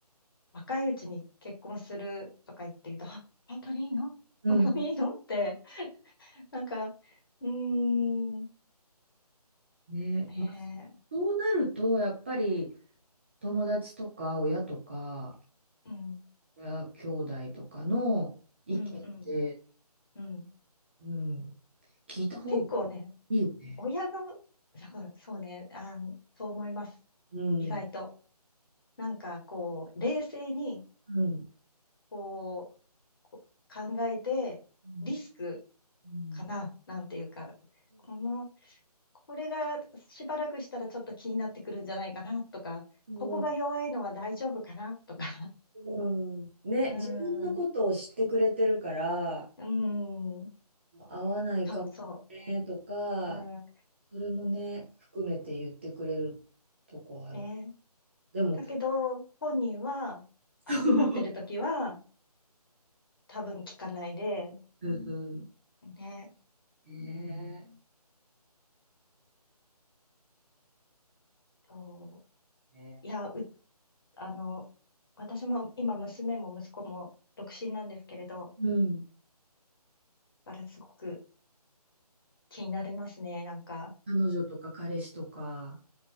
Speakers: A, on the left (about 35°); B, on the right (about 15°).
A: 若いうちに結婚するとか言って言うと、あ、本当にいいの本当にいいのって、
B: うん。
A: なんか、うーん。
B: ね。
A: ね
B: まあ、そうなると、やっぱり友達とか親とか、
A: え。うん。
B: 親兄弟とかの意見って、
A: うんうん。うん。
B: うん、聞いた方が
A: 結構ね、
B: いいよね。
A: 親の、そうそうね、あん、そう思います。
B: うん。
A: 意外と。なんかこう、冷静に、
B: うん。
A: こう、こ考えて、
B: うん
A: リスク
B: うん
A: かな、なんていうか、この、これがしばらくしたらちょっと気になってくるんじゃないかなとか、
B: うん。
A: ここが弱いのは大丈夫かなとか、
B: うん。ね、
A: <laughs> うーん、
B: 自分のことを知ってくれてるから、
A: うーん、
B: 合わないかもねとか、
A: そうそう、うん、
B: それもね、含めて言ってくれるとこある。
A: ね。
B: でも、
A: だけど、本人は熱くなってる時は
B: <laughs>
A: 多分聞かないで、
B: うんうん。
A: ね、
B: ね
A: そう
B: え、ね
A: いや、う、あの、私も今娘も息子も独身なんですけれど、
B: うん。
A: だからすごく気になりますね、なんか。
B: 彼女とか彼氏とか、